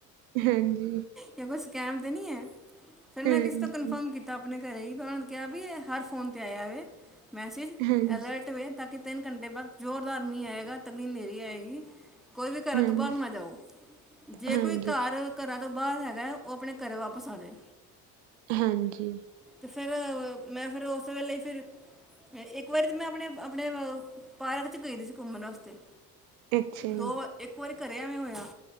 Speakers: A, on the right; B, in the centre.
A: ਹਾਂਜੀ।
B: ਜਾਂ ਕੋਈ ਸਕੈਮ ਤੇ ਨਈ ਐ, ਫਿਰ ਮੈਂ
A: ਹਾਂਜੀ
B: ਕਿਸੇ ਤੋਂ ਕਨਫਰਮ ਕੀ ਤਾ ਆਪਣੇ ਘਰੇ ਹੀ, ਉਹਨਾਂ ਨੇ ਕਿਹਾ ਵੀ ਇਹ ਹਰ ਫੋਨ ਤੇ ਆਇਆ ਵੇ ਮੈਸੇਜ
A: ਹਾਂਜੀ
B: ਅਲਰਟ‌। ਵੇ ਤਾਂ ਕਿ ਤਿੰਨ ਘੰਟੇ ਬਾਅਦ ਜ਼ੋਰਦਾਰ ਮੀਂਹ ਆਏਗਾ, ਤਕੜੀ ਨੇਰੀ ਆਏਗੀ। ਕੋਈ ਵੀ ਘਰਾਂ
A: ਹਾਂਜੀ
B: ਤੋਂ ਬਾਹਰ ਨਾ ਜਾਓ, ਜੇ
A: ਹਾਂਜੀ
B: ਕੋਈ ਘਰ ਘਰਾਂ ਤੋਂ ਬਾਹਰ ਹੈਗਾ, ਓਹ ਆਪਣੇ ਘਰੇ ਵਾਪਸ ਆ ਜਾਏ।
A: ਹਾਂਜੀ।
B: ਤੇ ਫੇਰ ਮੈਂ ਫੇਰ ਓਸ ਵੇਲੇ ਈ ਫਿਰ ਇੱਕ ਵਾਰੀ ਤਾਂ ਮੈਂ ਆਪਣੇ-ਆਪਣੇ ਪਾਰਕ ਚ ਗਈ ਸੀ ਘੁੰਮਣ ਵਾਸਤੇ।
A: ਅੱਛਾ ਜੀ
B: ਦੋ ਵ ਇੱਕ ਵਾਰੀ ਘਰੇ ਐਵੇਂ ਹੋਇਆ,